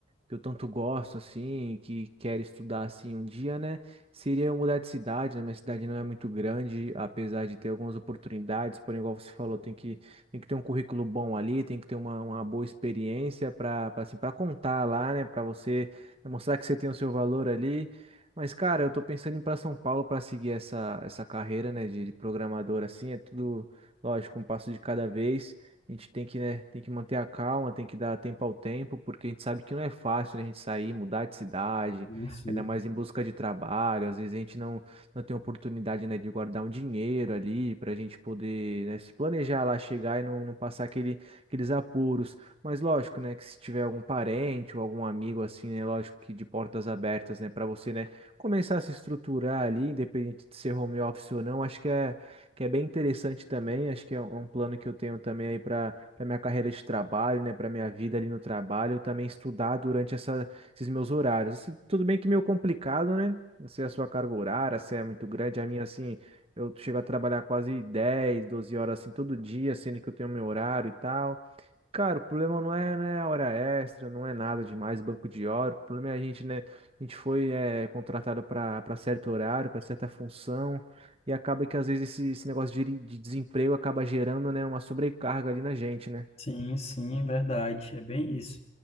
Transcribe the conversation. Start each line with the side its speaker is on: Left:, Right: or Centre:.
Right: que eu tanto gosto, assim, que quero estudar, assim, um dia, né? Seria eu mudar de cidade, né? Minha cidade não é muito grande, apesar de ter algumas oportunidades, porém, igual você falou, tem que, tem que ter um currículo bom ali, tem que ter uma, uma boa experiência para, assim, para contar lá, né? Para você né, mostrar que você tem o seu valor ali. Mas, cara, eu tô pensando em ir para São Paulo para seguir essa, essa carreira, né, de, de programador, assim, é tudo, lógico, um passo de cada vez. A gente tem que, né, tem que manter a calma, tem que dar tempo ao tempo, porque a gente sabe que não é fácil, né, a gente sair, mudar de cidade,
Left: Isso.
Right: ainda mais em busca de trabalho. Às vezes a gente não, não tem oportunidade, né, de guardar um dinheiro ali para a gente poder, né, se planejar lá, chegar e não, não passar aquele, aqueles apuros. Mas lógico, né, que se tiver algum parente ou algum amigo assim, né, lógico que de portas abertas, né, para você, né, começar a se estruturar ali, independente de ser home office ou não, acho que é que é bem interessante também. Acho que é um é um plano que eu tenho também aí para para minha carreira de trabalho, né, para minha vida ali no trabalho, eu também estudar durante essa- esses meus horários. Assim, tudo bem que meio complicado, né? Não sei a sua carga horária, se é muito grande, a minha assim, eu chego a trabalhar quase 10 12 horas assim todo dia, sendo que eu tenho meu horário e tal. Cara, o problema não é, né, hora extra, não é nada demais, banco de hora. O problema é a gente, né? A gente foi eh, contratado para para certo horário, para certa função, e acaba que às vezes esse, esse negócio de, de desemprego acaba gerando, né, uma sobrecarga ali na gente, né?
Left: Sim, sim, é verdade. É bem isso.